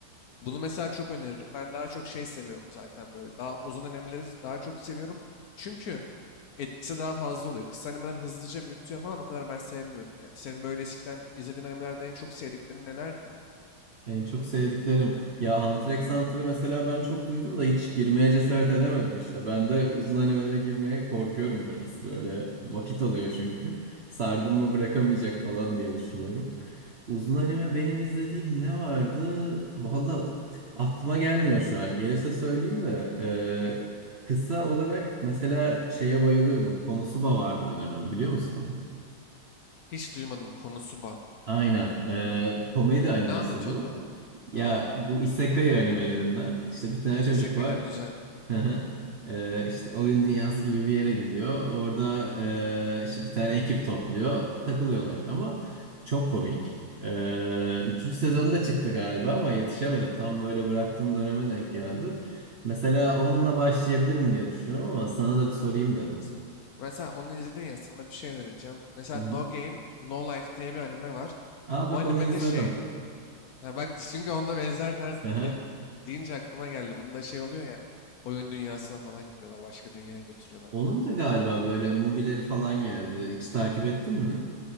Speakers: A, on the left; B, on the right.
A: Bunu mesela çok öneririm. Ben daha çok şey seviyorum zaten böyle. Daha uzun animeleri daha çok seviyorum. Çünkü etkisi daha fazla oluyor. Kısa animeler hızlıca bitiyor falan o kadar ben sevmiyorum yani. Senin böyle eskiden izlediğin animelerde en çok sevdiklerin nelerdi?
B: En çok sevdiklerim. Ya Hunter x Hunter'ı mesela ben çok duydum da hiç girmeye cesaret edemedim işte. Ben de uzun animelere girmeye korkuyorum biraz. Böyle vakit alıyor çünkü. Sardım mı bırakamayacak falan diye düşünüyorum. Uzun anime benim izlediğim ne vardı? Valla aklıma gelmiyor şu an. Gelirse söyleyeyim de. e, kısa olarak mesela şeye bayılıyordum. Konosuba vardı bir dönem biliyor musun onu?
A: Hiç duymadım Konosuba.
B: Aynen. E, komedi animesi
A: Ne anlatıyordu
B: bu.
A: o?
B: Ya
A: Ha,
B: bu isekai animelerinden işte bir tane çocuk
A: isekai'ler
B: var.
A: güzel.
B: Hı hı. Ee, işte oyun dünyası gibi bir yere gidiyor. Orada ee, işte bir tane ekip topluyor. Takılıyorlar ama çok komik. Ee, üçüncü sezonda çıktı galiba ama yetişemedim. Tam böyle bıraktığım döneme denk geldi. Mesela onunla başlayabilirim diye düşünüyorum ama sana da bir sorayım dedim.
A: Mes- Mesela onu izledin ya sana bir şey önereceğim. Mesela
B: Hı hı.
A: No Game, No Life diye bir anime var.
B: Aa
A: Bu
B: bak
A: animede
B: onu izledim.
A: şey Ha bak çünkü onda benzer tarz
B: Hı hı.
A: de- deyince aklıma geldi. Bunda şey oluyor ya oyun dünyasına falan gidiyorlar. Başka dünyaya götürüyorlar
B: Onun
A: falan
B: da galiba
A: bunları.
B: böyle movie'leri falan geldi. Hiç takip ettin mi?